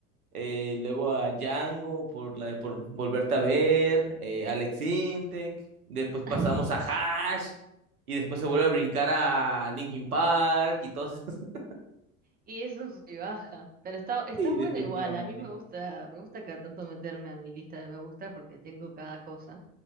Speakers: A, on the right; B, on the right.
A: eh, luego a Django por la de por Volverte a Ver, eh, Alex Intec, después pasamos
B: <laughs>
A: a Hash, y después se vuelve a brincar a Linkin Park y todo eso. <laughs>
B: Y es un sub y baja, pero está, está
A: Sí,
B: bueno
A: definitivamente.
B: igual, a mí me gusta, me gusta cada tanto meterme a mi lista de me gusta porque tengo cada cosa